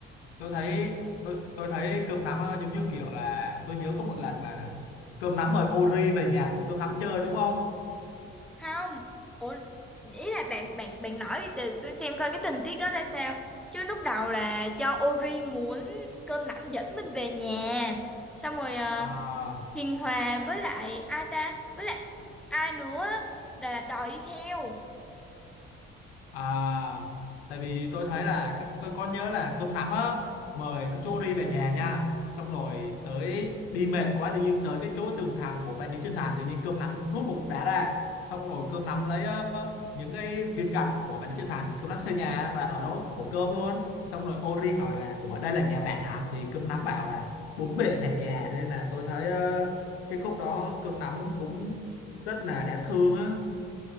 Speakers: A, on the left (about 85°); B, in the centre.
A: tôi thấy tôi tôi thấy cơm nắm ờ, giống như kiểu là tôi nhớ có một lần mà cơm nắm mời Ori về nhà của cơm nắm chơi đúng không
B: không ủa ý là bạn bạn bạn nói đi từ tôi xem coi cái tình tiết đó ra sao chứ lúc đầu là do Ori muốn cơm nắm dẫn mình về nhà xong rồi ờ,
A: à
B: Hiền Hòa với lại ai ta với lại ai nữa á, là đòi đi theo
A: À, tại vì tôi thấy là cái tôi có nhớ là cơm nắm á mời công chúa đi về nhà nha. Xong rồi tới đi mệt quá tự nhiên tới cái chỗ tường thành của vạn lý trường thành tự nhiên cơm nắm rút một cục đá ra. Xong rồi cơm nắm lấy ờ, những cái viên gạch của vạn lý trường thành cơm nắm xây nhà và ở đó thổ cơm luôn. Xong rồi Ori hỏi là ủa đây là nhà bạn hả? Thì cơm nắm bảo là bốn bể là nhà nên là tôi thấy ờ, cái khúc đó cơm nắm cũng rất là đáng thương á.